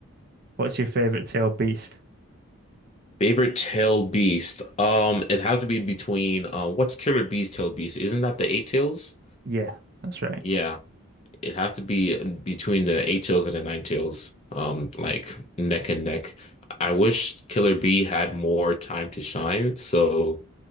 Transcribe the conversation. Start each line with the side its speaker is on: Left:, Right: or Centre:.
Right: What's your favorite tail beast?
Left: Favorite tail beast. Um, it has to be between uh, what's Killer Bee's tail beast? Isn't that the eight tails?
Right: Yeah, that's right.
Left: Yeah. It'd have to be between the eight tails and the nine tails, um, like neck and neck. I wish Killer B had more time to shine, so